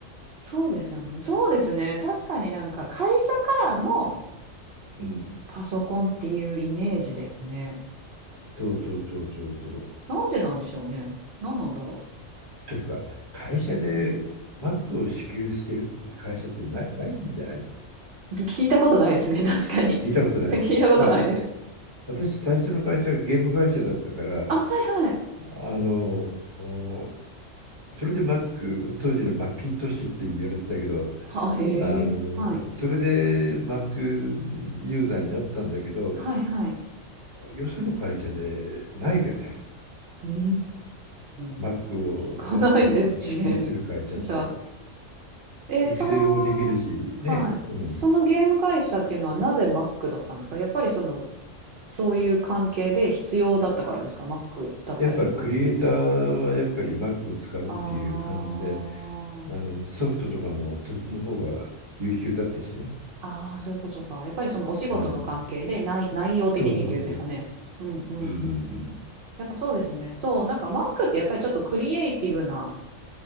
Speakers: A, on the right; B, on the right.
A: そうですよね。そうですね。確かになんか会社からの
B: うん。
A: パソコンっていうイメージですね。
B: そうそうそうそうそう。
A: なんでなんでしょうね。なんなんだろ
B: というか、会社で Mac を支給してる会社ってな、ないんじゃない
A: う。<laughs> 聞いたことないですね。<laughs> 確かに。
B: 聞いたことない。
A: <laughs> 聞いたことないです。
B: まあ、私、最初の会社がゲーム会社だったから、
A: あ、はいはい。
B: あの、おそれで Mac、当時のマッキントッシュって言われてたけど、
A: あ、へえ。
B: あの、
A: はい。
B: それで Mac ユーザーになったんだけど、
A: はいはい。
B: よその会社でないよね。
A: うー
B: Mac
A: ん。
B: を、
A: 聞かないですね。
B: あの、支給する会社って。
A: <laughs> じゃあ、え、
B: Excel
A: その、
B: もできるし、
A: はい。
B: ね。うん。
A: そのゲーム会社っていうのはなぜ Mac だったんですかやっぱりその、そういう関係で必要だったからですか ?Mac だった理由は。
B: やっぱクリエイターはやっぱり Mac を使うっていう感じで、
A: あー
B: あの、ソフトとかもそっちの方が優秀だったしね。
A: あー、そういうことか。やっぱりそのお仕事の関係で内、
B: うん。
A: 内容的にっていうんですかね。
B: そうそうそうそう。
A: うんうんうんうん。
B: うんうん
A: やっぱそうですね。そう、なんか Mac ってやっぱりちょっとクリエイティブな